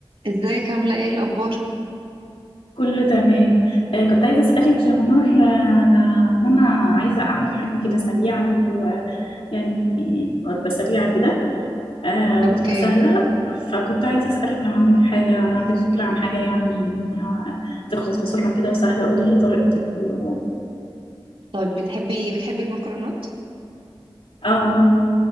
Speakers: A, on the right; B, on the left.
A: ازيك عاملة ايه الأخبار؟
B: كله تمام آه، كنت عايزة أسألك يا منار آه، على إن أنا عايزة أعمل حاجة كده سريعة ويعني وجبة سريعة كده آه،
A: اوكي
B: وتبقى سهلة فكنت عايزة أسألك لو عندك حاجة عندك فكرة عن حاجة يعني آه، تخلص بسرعة كده وسهلة قولي لي طريقتك وكده
A: طيب بتحبي بتحبي المكرونات؟
B: اه